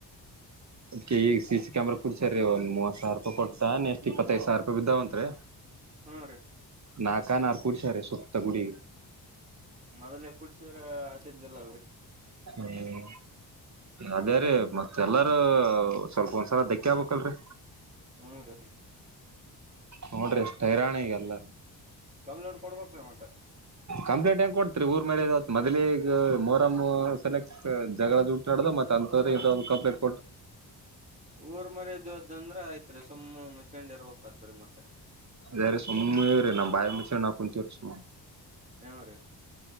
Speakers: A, on the right (about 40°); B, on the right (about 20°).
A: ಅದ್ ಈಗ ಸಿ ಸಿ ಕ್ಯಾಮರಾ ಕುಡ್ಸ ರೀ ಒಂದ್ ಮೂವತ್ ಸಾವರ ರೂಪಾಯ ಕೊತಾಾನ ಎಷ್ಟ್ ಇಪ್ಪತ್ತೈದು ಸಾವಿರ ರೂಪಾಯಿ ಬಿದ್ದಾವಂತ್ರಿ
B: ಹಾ ರೀ
A: ನಾಲ್ಕ ನಾರು ಕುಡಿಸಾರೆ ಸುತ್ತ ಗುಡಿಗೆ
B: ಮೊದಲೇ ಕುಡ್ಸಿದ್ರ ಆತಿಂದಿಲ್ಲ
A: ಹ್ಮ್ ಅದ ರೀ ಮತ್ತೆ ಎಲ್ಲಾರೂ ಸ್ವಲ್ಪ ಒಂದ್ಸಲ ಧಕ್ಕ ಆಗ್ಬಬೇಕಕ್ಲ್ರರಿ
B: ಹ್ಮ ರ
A: ನೋಡ್ರಿ ಎಷ್ಟ ಹೈರಾನ ಗಲ್ಲ
B: ಡೌನ್ಲೋಡ್ ಕೊಡ್ಬೇಕ ನವಂತ
A: ಕಂಪ್ಲೇಂಟ್ ಹೆಂಗ್ ಕೊಡ್ತ್ರಿ ಊರ್ ಮೇಲೆ ಇತ್ ಮೊದ್ಲಿಗ ಮೊರಮ್ ಸೆಕ್ಟ್ ಜಗಳದ ನಡ್ದ ಮ ಅಂತ ಇದ ಕಂಪ್ಲೀಟ್
B: ಊರ್ ಮರದದ ಅಂದ್ರ ಆಯ್ತ್ರಿ ಸುಮ್ಮ ಮತ್ತ ಶಂಡ್ ಇರ್ಬೇಕಾದ್ರೀ ಮತ್ತೆ
A: ಅೇ್ರೆ ಸುಮ್ಮ ಇ್ರೀ ನಾ ಬಾಯ ಮುಚ್ಚ ನಾ ಕುಂತೀ ಸುಮ್ಮ
B: ನು ರೀ